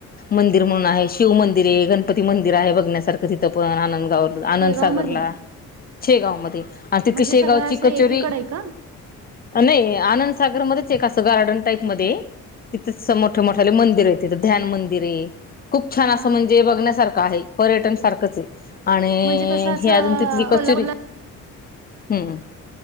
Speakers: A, on the left; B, on the right.
A: मंदिर म्हणूंन आहे शिव मंदिर आहे गणपती मंदिर आहे बघण्यांसारखं तिथं पणं आनंदगांव आनंदसागरलां,
B: शेगाव मध्ये
A: शेगांव मध्यें आणि तिथली
B: म्हणजे
A: शेगांवची
B: सगळं असं
A: कचोरी
B: एकीकडे आहे का
A: नाहीं, आनंदसागर मध्येचं एक असं गार्डन टाईप मध्यें आहे. तिथेचं मोठे-मोठ्यांले मंदिर आहे, तिथं ध्यानं मंदिर आहे. खूंप छान असं
B: हा
A: म्हणजे बघण्यांसारखं आहे. पर्यटन सारखंच आहे. आणि
B: म्हणजे कसं असं
A: हे, अजूंन तिथली कचोरी.
B: <unintelligible>
A: हम्मं.. हम्मं.